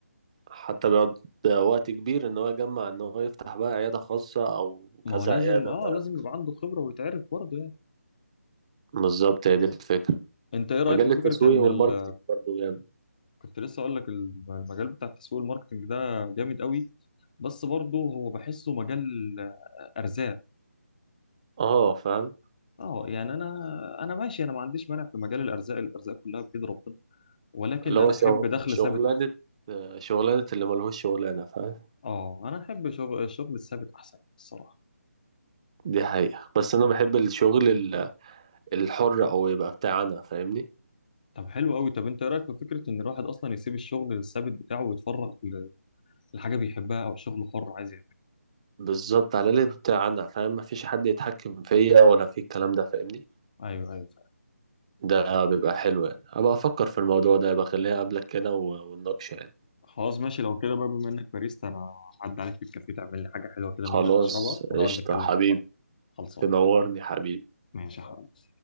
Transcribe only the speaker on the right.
حتى بيقعد وقت كبير إن هو يجمع إن هو يفتح بقى عيادة خاصة أو
كذا
عيادة
فاهم
بالظبط هي دي الفكرة
مجال
التسويق
والماركتينج
برضه جامد
اه فاهم
اللي هو
شغ...
شغلانة
شغلانة اللي ملهوش شغلانة فاهم
دي حقيقة بس أنا بحب الشغل ال- الحر أو يبقى بتاع أنا فاهمني
بالظبط على الأقل يبقى بتاع أنا فاهم مفيش حد يتحكم فيا ولا في الكلام ده فاهمني
ده بيبقى حلو يعني أبقى أفكر في الموضوع ده يبقى خليها قبلك كده و- ونناقشه يعني
خلاص
قشطة
حبيبي
تنورني حبيبي